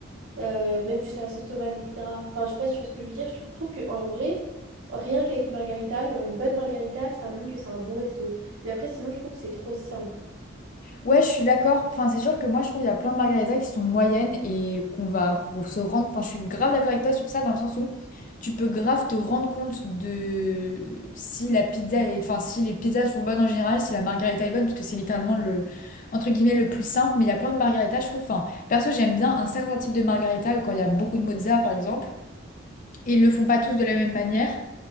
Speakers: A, on the right; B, on the left.
A: euh, même juste la sauce tomate, etc. Enfin, je sais pas si tu vois ce que je veux dire. Je trouve qu'en vrai, rien qu'avec une margarita, genre une bonne margarita, ça montre que c'est un bon resto. Mais après, sinon, je trouve que c'est trop simple.
B: Ouais, je suis d'accord. Enfin, c'est sûr que moi, je trouve qu'il y a plein de margaritas qui sont moyennes et qu'on va r- se rendre. Enfin, je suis grave d'accord avec toi sur ça, dans le sens où tu peux grave te rendre compte de si la pizza est... enfin, si les pizzas sont bonnes en général, si la margarita est bonne, parce que c'est littéralement le, entre guillemets, le plus simple. Mais il y a plein de margaritas, je trouve. Enfin, perso, j'aime bien un certain type de margarita ou quand il y a beaucoup de mozza, par exemple. Ils le font pas tous de la même manière.